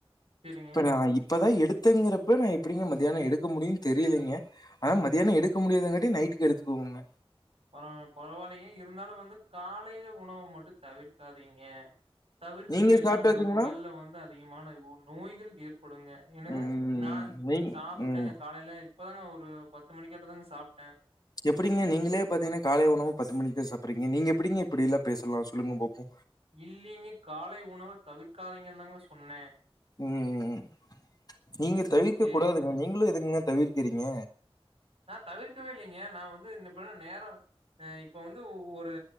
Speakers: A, on the right (about 75°); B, on the left (about 40°).
A: சரிங்க
B: இப்ப நா இப்பதா எடுத் தேங்கிறப்ப நா எப்டிங்க மதியானோ எடுக்க முடியூ தெரியலைங்க ஆனா மதியானோ எடுக்க முடியாதுங்கட் நைட்டுக்கு எடுத்துக்கோவங்க
A: ஆ பரவாயல்லைங்க இருந்தாலூ வந்து காலையில உணவு மட்டூ தவிர்க்காதீங்க தவிர்த்தீங்கன்னா
B: நீங்க சாப்பிட்டாச்சுங்களா?
A: உங்களுக்கு உடல்ல வந்து அதிகமான நோய்கள் ஏற்படுங்க என்னங்க
B: ம்.
A: நா
B: நீங்
A: சாப்பிட்டேங்க
B: ம்.
A: காலையில இப்பதாங்க ஒரு பத்து மணிக்கட்ட தாங்க சாப்ட்டே
B: எப்டிங்க நீங்களே பாத்தீங்னா காலை உணவு பத்து மணிக்குதா சாப்புடுறீங்க நீங்க எப்டிங்க இப்டில்லா பேசலா சொல்லுங்க பாப்போ
A: இல்லீங்க காலை உணவு தவிர்க்காதீங்க தாங்க சொன்னே
B: ம் நீங்க தவிக்க
A: சேரி
B: கூடாதுங்க
A: சேரி
B: நீங்களூ எதுங்க தவிர்க்கிறீங்க
A: நா தவிர்க்கவே இல்லைங்க நா வந்து இப்பதா நேரோ ஆ இப்ப வந்து ஒரு